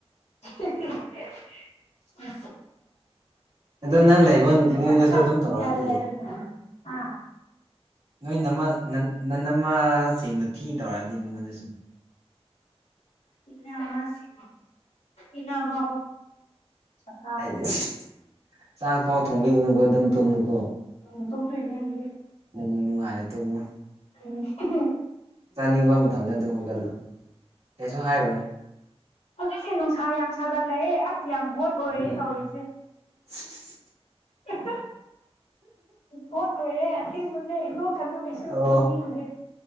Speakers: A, on the left; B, on the right.
A: <unintelligible> ꯃꯦ
B: ꯑꯗꯣ ꯅꯪ ꯂꯩꯕ ꯏꯃꯨꯡꯗꯁꯨ
A: ꯀꯥ
B: ꯑꯗꯨꯝ ꯇꯧꯔꯛꯑꯗꯤ
A: ꯏ ꯀꯗ ꯑ
B: ꯅꯣꯏ ꯅꯃ ꯅ ꯅꯃꯁꯤꯡꯅ ꯊꯤꯅ ꯇꯧꯔꯛꯑꯗꯤ ꯅꯉꯣꯟꯗꯁꯨ
A: ꯏꯅꯃ ꯁꯤ ꯏꯅꯃ ꯀ
B: ꯑꯩꯁ ꯆꯥꯛ ꯐꯥꯎ ꯊꯣꯡꯕꯤꯒꯅꯨꯀꯣ ꯑꯗꯨꯝ ꯇꯨꯝꯃꯨꯀꯣ
A: ꯎ ꯇꯣ ꯐꯔꯤꯅꯦꯗꯤ
B: ꯅꯅꯨꯡ ꯅꯨꯡꯉꯥꯏꯅ ꯇꯨꯝꯃꯨ
A: <unintelligible>
B: ꯆꯥꯅꯤꯡꯕ ꯃꯇꯝꯗ ꯑꯗꯨꯝ ꯍꯧꯡꯒꯠꯂꯨ ꯀꯩꯁꯨ ꯍꯥꯏꯈꯨꯔꯦ
A: ꯍꯧꯖꯤꯛꯁꯦ ꯅꯨꯡꯁꯥ ꯌꯥꯝ ꯁꯥꯒꯠꯂꯛꯑꯦ ꯑꯁ ꯌꯥꯝ ꯚꯣꯠ ꯑꯣꯏꯔꯦ
B: ꯎꯝ
A: ꯇꯧꯔꯤꯁꯦ
B: <unintelligible>
A: <unintelligible> ꯍꯣꯠ ꯑꯣꯏꯔꯦ ꯑꯁꯤ ꯎꯟꯅꯣ ꯀꯩꯅꯣ ꯀꯩꯁꯨ
B: ꯑꯣ
A: ꯉꯧꯅꯤꯡꯗꯦ